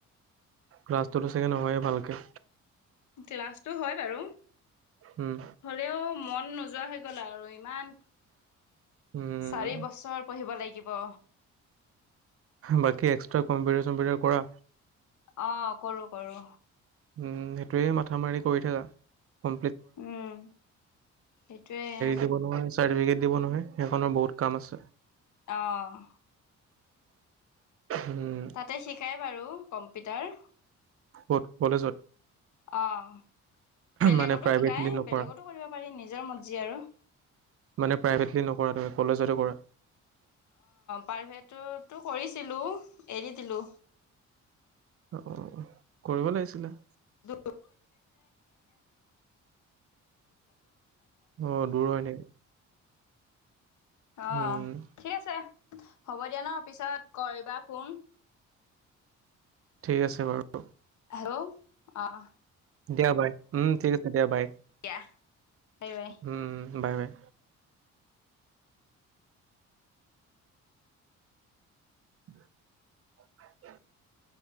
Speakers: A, on the right; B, on the left.
A: ৰা্লছটোতো চাগে নহয়ে ভালকে
B: ক্লাছতটো হয় বাৰু
A: উম
B: হ'লেও মন নোযোৱা। গলা আৰু ইমান
A: উম
B: চাৰি বছৰ পঢ়িব লাগিব।
A: বাকী এক্সট্ৰা কম্পিটাৰ চম্পিটাৰ কৰা
B: অ কৰো কৰোঁ
A: উম, সেইটোৱে মাথা মাৰি কৰি থাকা। ত
B: উম, সেইটোৱে আৰু
A: দিব নহয় সেইখনৰ বহুত কাম আছে
B: অ',
A: উম
B: তাতে শিকাই বাৰু কম্পিউটাৰ
A: ক'ত কলেজত
B: অ', বেলেগতো
A: মানে প্ৰাইভেটলি
B: শিকায়
A: নকৰা
B: বেলেগতো কৰিব পাৰি নিজৰ মজজি আৰু অ,
A: মানে প্ৰাইভেটলি নকৰা তুমি কলেজতে কৰা
B: প্ৰাৰভেটটো তটো কৰিছিলো এৰি দিলো
A: অ কৰিব লাগিছিলে
B: দ
A: অ দূৰ হয় নেক
B: অ,
A: উম
B: ঠিক আছে হ'ব দিয়া ন পিছত কৰিবা ফোন।
A: ঠিক আছে বাৰু
B: হেল্ল' অ
A: দিয়া বাই উম, ঠিক আছে দিয়া বাই।
B: দিয়া বাই বাই
A: উম, বাই-বাই। <unintelligible>